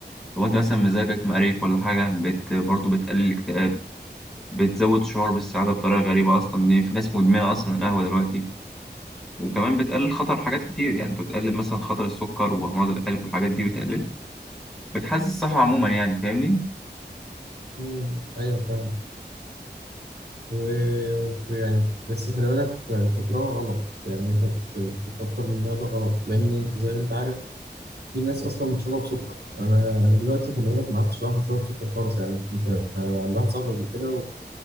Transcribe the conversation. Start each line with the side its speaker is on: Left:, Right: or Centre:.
Centre: لو انت مثلا مزاجك مقريف ولا حاجه بت برضه بتقلل الاكتئاب بتزود شعور بالسعاده بطريقه غريبه اصلا لان في ناس مدمنه اصلا القهوه دلوقتي وكمان بتقلل خطر حاجات كتير يعني انت بتقلل مثلا خطر السكر وامراض القلب والحاجات دي بتقلل بتحسن الصحه عموما يعني فاهمني
Right: مم، ايوه فاهم و يعني بس خلي بالك آه، كترها غلط يعني انت ت- تكتر منها ده غلط لان انت زي ما انت عارف في ناس اصلا بتشرب سكر انا انا دلوقتي خلي بالك ما عدتش بعرف اشرب سكر خالص يعني انت عند واحد صاحبي قبل كده